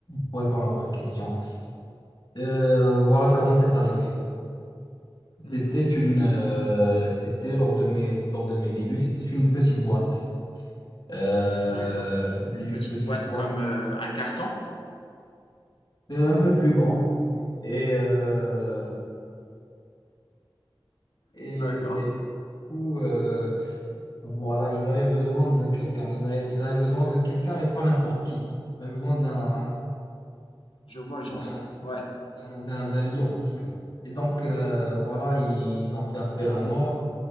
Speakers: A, on the left; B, on the left.
A: pour répondre à votre question, euh, voilà comment c'est arrivé.
B: Mhm.
A: C'était une, euh, c'était lors de mes, lors de mes débuts, c'était une petite boîte. Euh,
B: D'accord.
A: c'était
B: Une petite
A: une petite
B: boîte
A: boîte,
B: comme euh, un carton?
A: euh, un peu plus grand. Et, euh, et
B: D'accord.
A: du coup, euh, Voilà, ils avaient besoin de quelqu'un. Ils avaient, ils avaient besoin de quelqu'un, mais pas n'importe qui. Ils avaient besoin d'un
B: Je vois le genre.
A: d'un
B: Ouais.
A: d'un- d'un- d'un lion. Et donc, euh, voilà, ils ont fait appel à moi.